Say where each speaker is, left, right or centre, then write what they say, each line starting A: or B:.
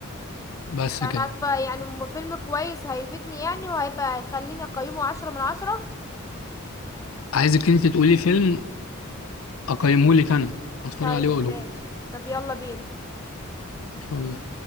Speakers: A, on the left; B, on the left.
A: بس
B: يعني
A: كده
B: هتف... يعني م- فيلم كويس هيفيدني يعني وهيبقى هيخليني اقيمه عشرة من عشرة
A: عايزك انت تقولي فيلم اقيمه لك انا اتفرج
B: طيب
A: عليه واقوله
B: ماشي
A: لك
B: طب يلا بينا
A: يلا